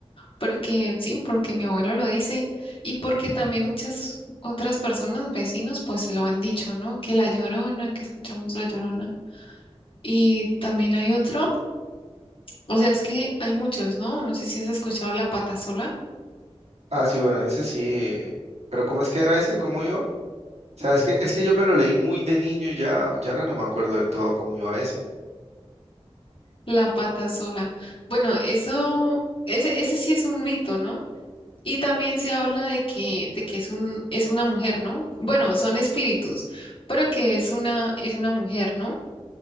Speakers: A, on the left (about 55°); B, on the right (about 85°).
A: Porque sí, porque mi abuelo lo dice y porque también muchas otras personas, vecinos, pues lo han dicho, ¿no? Que la Llorona, que escuchamos la Llorona. Y también hay otro, o sea, es que hay muchos, ¿no? No sé si has escuchado la pata sola.
B: Ah, sí, bueno, ese sí. Pero ¿cómo es que era ese? ¿Cómo iba? O sea, es que, es que yo me lo leí muy de niño y ya, ya ahora no me acuerdo del todo cómo iba ese.
A: La pata sola. Bueno, eso, ese, ese sí es un mito, ¿no? Y también se habla de que, de que es un, es una mujer, ¿no? Bueno, son espíritus, pero que es una, es una mujer, ¿no?